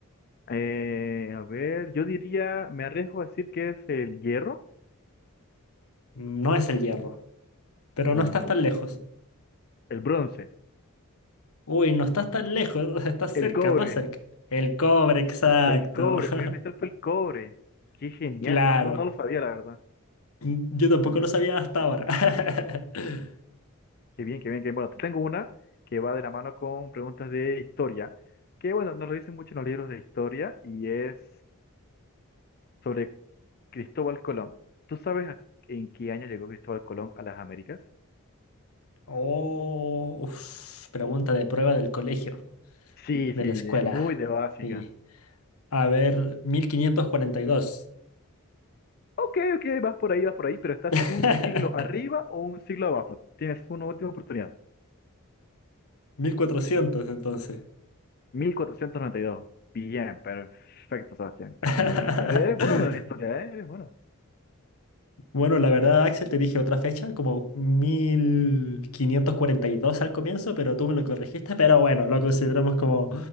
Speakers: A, on the left; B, on the left.
A: Eh, a ver, yo diría, me arriesgo a decir que es el hierro,
B: No es el hierro, pero
A: Mm,
B: no estás tan lejos.
A: el bronce,
B: Uy, no estás tan lejos, <laughs> o estás
A: el
B: cerca,
A: cobre,
B: más cerca. El cobre, exacto.
A: el cobre.
B: <laughs>
A: El primer metal fue el cobre. Qué genial,
B: Claro.
A: no, no, no lo sabía, la verdad.
B: Mm, Yo tampoco lo sabía hasta ahora. <laughs>
A: Qué bien, qué bien, qué bien. Bueno, te tengo una que va de la mano con preguntas de historia, que bueno, nos lo dicen mucho en los libros de historia y es sobre Cristóbal Colón. ¿Tú sabes a- en qué año llegó Cristóbal Colón a las Américas?
B: Oh, uf, pregunta de prueba del colegio,
A: Sí,
B: de
A: sí,
B: la escuela.
A: de- muy de básica.
B: Sí. A ver, mil quinientos cuarenta y dos,
A: Ok, ok, vas por ahí, vas por ahí, pero estás
B: <laughs>
A: un siglo arriba o un siglo abajo. Tienes una última oportunidad.
B: 1400 entonces.
A: 1492. Bien, perfecto, Sebastián.
B: <laughs>
A: Bien, bien. bien. Eres bueno en historia, ¿eh? Eres bueno.
B: Bueno, la verdad, Axel, te dije otra fecha, como 1542 al comienzo, pero tú me lo corregiste, pero bueno, lo consideramos como,